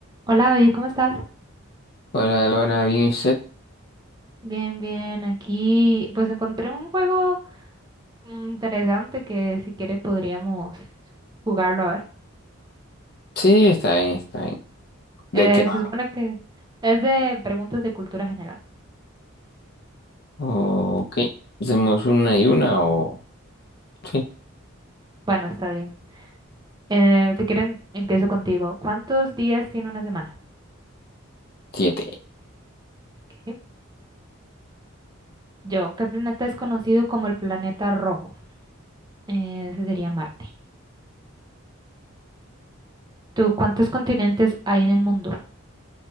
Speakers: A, on the right; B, on the left.
A: Hola David, ¿cómo estás?
B: Hola, Laura, ¿bien y usted?
A: Bien, bien, aquí pues encontré un juego mm, interesante que si quiere podríamos jugarlo a ver.
B: Sí, está bien, está bien. ¿De
A: Eh,
B: qué? va?
A: se supone que es de preguntas de cultura general.
B: Ok, hacemos una y una o... Sí,
A: Bueno, está bien. Eh, si quieren, empiezo contigo. ¿Cuántos días tiene una semana?
B: siete.
A: Ok. Yo, ¿qué planeta es conocido como el planeta rojo? Eh, ese sería Marte. ¿Tú cuántos continentes hay en el mundo?